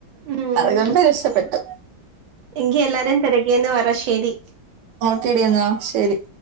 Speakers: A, on the right; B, on the right.
A: ഉം
B: അതുകൊണ്ട് രക്ഷപ്പെട്ടു.
A: എങ്കി എല്ലാരേം തെരക്കിയെന്ന് പറ ശരി.
B: ഓക്കേടി എന്നാ ശരി.